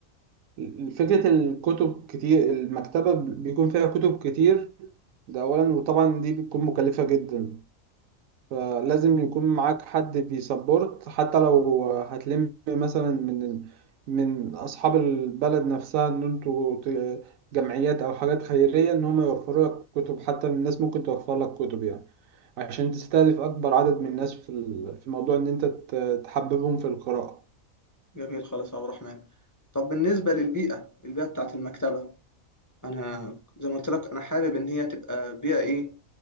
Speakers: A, on the right; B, on the left.
A: ال- فكرة الكتب كتير المكتبة بيكون فيها كتب كتير ده اولا وطبعا دي بتكون مكلفة جدا فلازم يكون معاك حد بيسبورت حتى لو هتلم مثلا من من أصحاب البلد نفسها إن أنتوا ت- جمعيات أو حاجات خيرية إن هم يوفروا لك كتب حتى الناس ممكن توفر لك كتب يعني عشان تستهدف أكبر عدد من الناس في ال- في موضوع إن أنت ت- تحببهم في القراءة
B: جميل خالص يا عبد الرحمن طب بالنسبة للبيئة البيئة بتاعت المكتبة أنا زي ما قلت لك أنا حابب إن هي تبقى بيئة إيه